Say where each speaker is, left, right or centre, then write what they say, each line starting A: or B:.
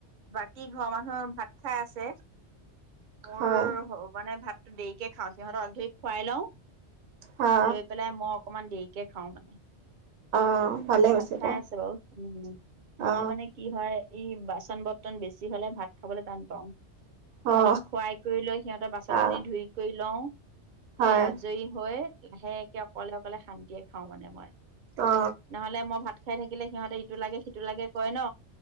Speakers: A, on the right (about 55°); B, on the right (about 75°).
A: বাকী ঘৰৰ মানুহৰ ভাত খাই আছে। মোৰ
B: হয়
A: হ মানে ভাত দেৰিকে খাওঁ সিহঁতক <unintelligible> খুৱাই লওঁ।
B: হা
A: লৈ পেলাই ম অকণমান দেৰিকে খাওঁ মানে
B: অ ভালে হৈছে
A: ভাত খাই
B: দিয়া
A: আছে বাৰু, উম
B: অ
A: মই মানে কি হয় ই বাচন-বত টন বেছি হলে ভাত খাবলৈ টান পাও। সিহঁতক
B: অ
A: খুৱাই কৰি লৈ সিহঁতৰ বাচন
B: অ
A: খিনি ধুই কৰি লও,
B: হয়
A: লৈ আজৰি হৈ লাহেকে অকলে-অকলে শান্তিয়ে খাওঁ মানে মই।
B: অ
A: নহ'লে মই ভাত খাই থাকিলে সিহঁতে ইটো লাগে সিটো লাগে কৰে ন।